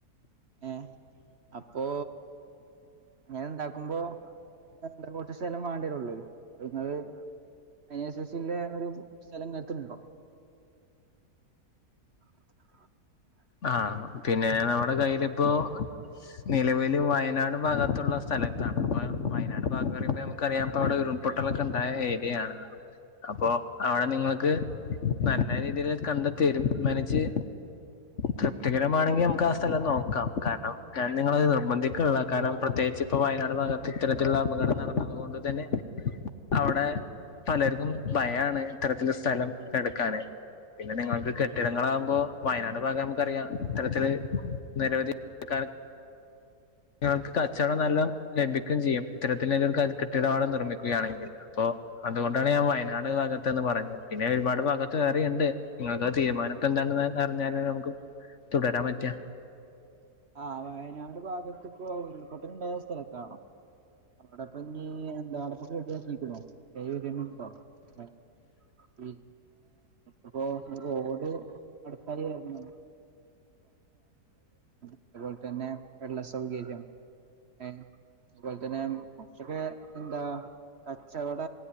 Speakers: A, on the right; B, on the left.
A: ഏ അപ്പൊ അങ്ങനെ ഉണ്ടാക്കുമ്പോ എന്താ കുറച്ച് സ്ഥലം വാണ്ടിരുള്ളല്ലോ ഇങ്ങള് എൻ എ സി സി ൻ്റെ ഒരു സ്ഥലം ഇങ്ങൾക്കുണ്ടോ <unintelligible>
B: ആ പിന്നെ നമ്മുടെ കയിലിപ്പോ നിലവില് വയനാട് ഭാഗത്തുള്ള സ്ഥ സ്ഥലത്താണ് അപ്പ വയനാട് ഭാഗം പറയുമ്പോ നമുക്ക അറിയാം. ഇപ്പൊ അവിടെ ഉരുൾപൊട്ടലൊക്കെ ഉണ്ടായ ഏരിയാണ്. അപ്പൊ അവിടെ നിങ്ങക്ക് നല്ല രീതിയിൽ കണ്ട് തീരുമാനിച്ച്
A: <unintelligible>
B: തൃപ്തികരമാണെങ്കിൽ നമുക്ക് ആ സ്ഥലം നോക്കാം കാരണം ഞാൻ നിങ്ങളത് നിർബന്ധിക്കണിള്ള. കാരണം പ്രത്യേകിച്ച് ഇപ്പൊ വയനാട് ഭാഗത്ത് ഇത്തരത്തിലുള്ള അപകടം നടന്നത് കൊണ്ട് തന്നെ അവിടെ പലർക്കും ഭയാണ് ഇത്തരത്തിലൊരു സ്ഥലം എടുക്കാന് <unintelligible> നമുക്കറിയാം ഇത്തരത്തില് നിരവധിക്ക
A: <unintelligible>
B: നിങ്ങൾക്ക് കച്ചവടം നല്ലം ലഭിക്കും ചെയ്യും. ഇത്തരത്തി കെട്ടിടം നിർമ്മിക്കുകയാണെങ്കിൽ. പ്പൊ അതുകൊണ്ടാണ് ഞാൻ വയനാട് ഭാഗത്ത്ന്ന് പറഞ്ഞത്. പിന്നെ ഒരുപാട് ഭാഗത്ത് വേറിം ണ്ട്. നിങ്ങൾക്ക് തീരുമാനപ്പ എന്താണ് അറിഞ്ഞാല നമുക്ക് തുടരാൻ പറ്റാ
A: ആ വയനാട് ഭാഗത്ത് ഇപ്പോ ഉരുൾപൊട്ടലുണ്ടായ സ്ഥലത്തണോ. അവിടെപ്പ ഞി എന്താ അവിടെപ്പൊ റെഡ്യാക്കിക്ക്ണോ അവിടെ ഏതെലും ഉണ്ടോ പിന്നെ ഇപ്പോ റോഡ് അടുത്തായി വരണം. അതുപോലെ തന്നെ വെള്ള സൗകര്യം ഏ അതുപോലെ തന്നെ കുറച്ചൊക്കെ എന്താ കച്ചവട